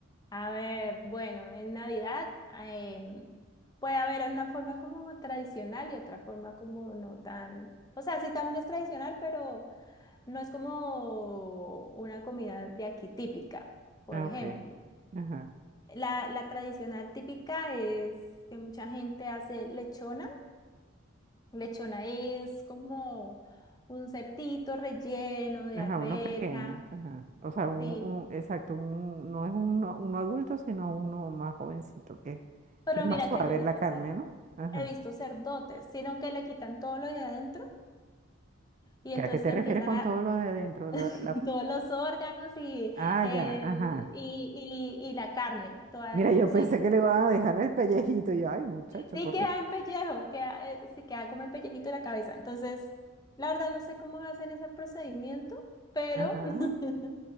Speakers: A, on the left; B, on the right.
A: A ver, bueno, en Navidad em, puede haber una forma como tradicional y otra forma como no tan, o sea, sí también es tradicional, pero no es como una comida de aquí típica, por
B: Ah,
A: ejemplo.
B: ok. Ajá.
A: La, la tradicional típica es que mucha gente hace lechona. Lechona es como un cerdito relleno de
B: Ajá,
A: arveja,
B: uno pequeño, ajá. O sea, un,
A: sí.
B: un- exacto, un, no es uno, uno adulto, sino uno más jovencito, que,
A: Pero
B: que es más
A: mira
B: suave
A: que yo he visto
B: la carne, ¿no? Ajá.
A: he visto sacerdotes, sino que le quitan todo lo de adentro y entonces
B: ¿Qué- ¿A qué te
A: le
B: refieres
A: empiezan
B: con
A: a
B: todo lo de adentro? La,
A: <laughs>
B: la-
A: todos los órganos y,
B: Ah,
A: eh,
B: ya, ajá.
A: y, y, y la carne, toda,
B: Mira, yo
A: ¿sí?
B: pensé que le iban a dejar el pellejito, y yo, ay, muchacho,
A: Sí
B: por...
A: queda
B: Dios".
A: en pellejo, queda, eh, sí queda como en pellejito de la cabeza. Entonces, la verdad no sé cómo hacen ese procedimiento, pero,
B: Ajá.
A: <laughs>